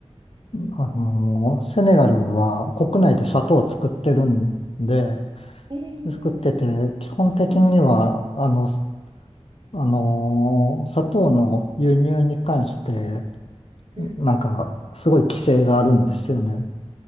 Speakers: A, on the left (about 65°); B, on the right (about 50°).
A: あの、セネガルは国内で砂糖を作ってるんで、
B: えー、
A: 作ってて、基本的には、
B: うん
A: あの、すあのー砂糖の輸入に関して、
B: うんうん。
A: なんか、すごい規制があるんですよね。